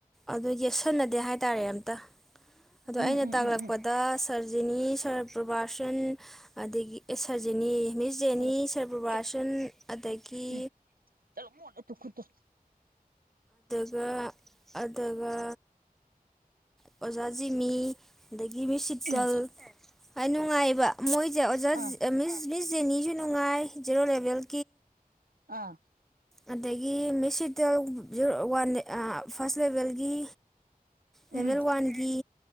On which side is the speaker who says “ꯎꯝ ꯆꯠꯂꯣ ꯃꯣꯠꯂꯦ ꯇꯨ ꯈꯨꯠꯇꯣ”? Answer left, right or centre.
Right